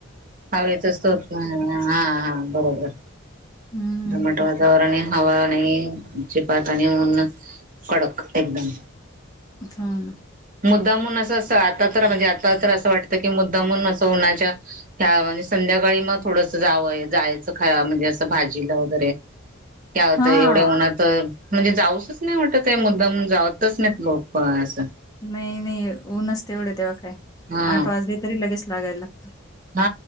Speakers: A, on the right; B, on the left.
A: हवेचच तर हा हा बरोबर
B: हम्म.
A: दमट वाता वर आणि हवा आणि जिपाक आणि ऊन कडक एकदम
B: ह
A: मुद्दामून असं अस आता तर म्हणजे आता तर असं वाटतं की मुद्दामून असं उन्हाच्या ह म्हणजे संध्याकाळी मग थोडंसं जावंय जायचं खा म्हणजे असं भाजीला वगैरे काय होतंय
B: हां.
A: एवढे ऊनात तर म्हणजे जाऊचंच नाही वाटत मुद्दाम जावतच नाहीत लोक असं
B: नाही नाही ऊनच एवढे तेव्हा काय
A: हा
B: आठ वाजले तरी लगेच लागायला लागतो
A: हा